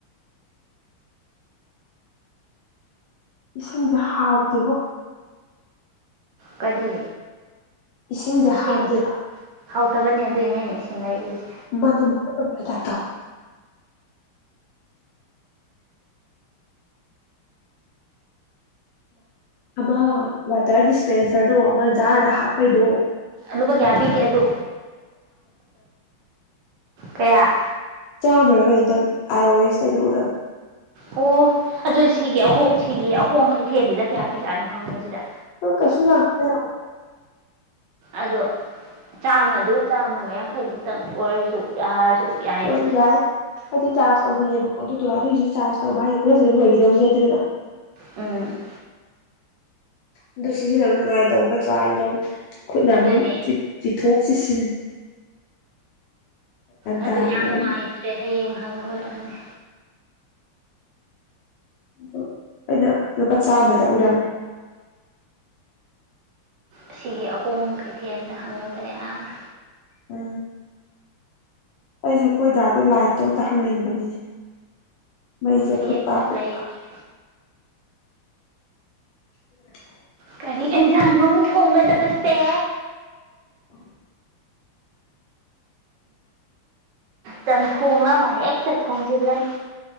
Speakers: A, on the left (about 70°); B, on the right (about 70°).
A: ꯏꯁꯤꯡꯁꯦ ꯍꯥꯎꯇꯦꯕꯣ
B: ꯀꯔꯤ
A: ꯏꯁꯤꯡꯁꯦ
B: ꯏꯁꯤꯡ
A: ꯍꯥꯎꯇꯦꯕ
B: ꯍꯥꯎꯇꯕꯅꯦ ꯑꯗꯨꯏꯅꯦ ꯑꯅꯦ ꯏꯁꯤꯡ ꯂꯩꯔꯤꯁꯦ
A: ꯃꯅ ꯃꯠꯇ ꯊꯥꯛꯗ ꯑꯃ ꯋꯥꯇꯔ ꯗꯤꯁꯄꯦꯟꯁꯔꯗꯣ ꯑꯃ ꯖꯥꯔꯗ ꯍꯥꯞꯄꯩꯗꯣ
B: ꯂꯨꯕ ꯀꯌꯥ ꯄꯤꯒꯦ ꯑꯗꯨ ꯀꯌꯥ
A: ꯆꯥꯝꯃꯔꯒ ꯑꯗꯨꯇꯪ ꯑꯥꯏ ꯑꯣ ꯑꯦꯁꯇꯩꯅ ꯎꯔꯝꯃꯤ
B: ꯑꯣ ꯑꯗꯨꯗ ꯁꯤꯒꯤ ꯑꯍꯣꯡ ꯁꯤꯒꯤ ꯑꯍꯣꯡ ꯀꯩꯊꯦꯜꯁꯤꯗ ꯀꯌꯥ ꯄꯤꯖꯥꯠꯅꯣ ꯍꯪꯉꯨꯁꯤꯔ
A: ꯑ ꯀꯁꯨ ꯌꯥꯗ
B: ꯑꯗꯣ ꯆꯥꯝꯃꯗꯨ ꯆꯥꯝꯃꯒ ꯌꯥꯡꯈꯩꯃꯨꯛꯇꯪ ꯑꯣꯏꯔꯁꯨ ꯌꯥꯔꯁꯨ ꯌꯥꯏꯗꯅ
A: ꯍꯣꯏ ꯌꯥꯏ ꯍꯥꯏꯗꯤ ꯆꯥꯔꯖ ꯇꯧꯕꯤꯔꯦꯕꯀꯣ ꯑꯣ ꯑꯗꯨꯗꯣ ꯑꯗꯨꯒꯤꯁꯨ ꯆꯥꯔꯖ ꯇꯧꯕ ꯍꯥꯏꯔ ꯈꯨꯠꯂ ꯑꯗꯨ ꯂꯣꯏꯈꯤꯗꯧꯗꯤ ꯅꯠꯇꯦꯗꯅ
B: ꯎꯝ
A: ꯑꯗꯨ ꯁꯤꯖꯤꯟꯅꯕ ꯅꯨꯡꯉꯥꯏꯅ ꯇꯧ ꯐꯠꯇ꯭ꯔꯥ ꯑꯩ ꯅꯪ ꯈꯨꯠꯅ
B: ꯑꯗꯨꯅꯦ
A: ꯑꯃꯨꯛ ꯆꯤꯊꯣꯛ ꯆꯤꯁꯤꯟ
B: ꯑꯗꯨ
A: ꯇꯥꯕꯅꯦꯕ
B: ꯌꯥꯝ ꯅꯨꯡꯉꯥꯏꯇ꯭ꯔꯦ ꯍꯌꯦꯡ ꯍꯥꯡꯉꯦꯗ ꯍꯅꯤ
A: ꯑ ꯑꯩꯅ ꯂꯨꯄꯥ ꯆꯥꯃꯗ ꯎꯔꯝꯃꯦ
B: ꯑꯁꯤꯒꯤ ꯑꯍꯣꯡꯕ ꯀꯩꯊꯦꯜꯗ ꯍꯪꯕꯗ ꯌꯥꯔ
A: ꯎꯝ ꯑꯩꯁꯦ ꯈꯈꯣꯏ ꯗꯥꯗꯣ ꯂꯥꯏꯇꯣ ꯑꯝꯇ ꯍꯪꯅꯤꯡꯕꯅꯤꯅꯦ ꯃꯩꯁꯦ
B: ꯍꯌꯦꯡꯁꯨ
A: ꯄꯨꯠꯇ ꯄꯨꯠꯄ
B: ꯂꯩꯇ꯭ꯔꯦ
A: ꯎ
B: ꯀꯔꯤ ꯏꯟꯖꯅꯣ ꯊꯣꯡ ꯇ ꯐ ꯁ
A: ꯎ
B: ꯆꯝ ꯊꯣꯡꯂꯃ ꯍꯦꯛꯇ ꯊꯣꯡꯖꯤꯜꯂꯅꯤ